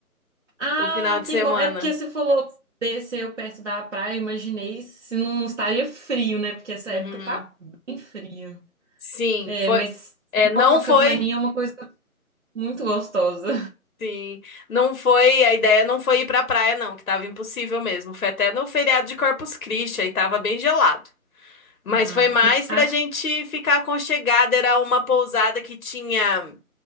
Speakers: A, on the right; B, on the left.
A: Ah,
B: o final de
A: que
B: semana.
A: bom. É porque você falou desceu perto da praia, eu imaginei se não estaria frio, né? Porque essa
B: Uhum.
A: época tá bem frio.
B: Sim,
A: É,
B: foi.
A: mas
B: É, não
A: não, uma
B: foi.
A: cabaninha é uma coisa muito gostosa.
B: Sim, não foi, a ideia não foi ir pra praia não, que tava impossível mesmo. Foi até no feriado de Corpus Christi, aí tava bem gelado. Mas
A: Ah,
B: foi mais
A: não,
B: pra
A: ah,
B: gente ficar aconchegada, era uma pousada que tinha